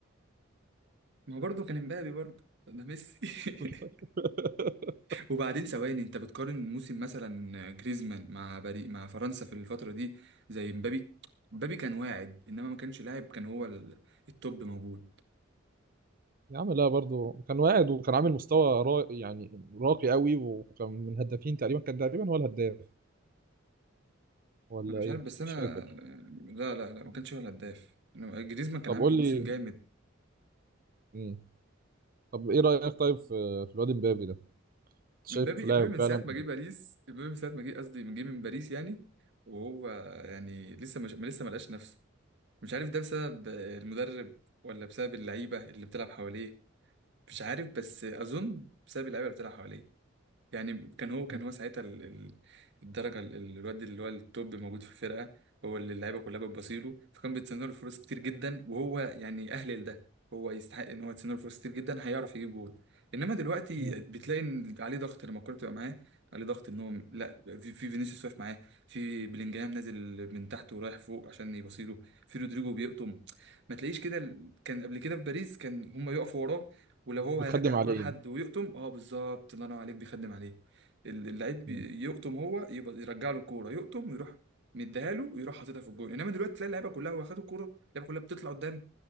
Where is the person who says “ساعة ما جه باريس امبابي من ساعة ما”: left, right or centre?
Right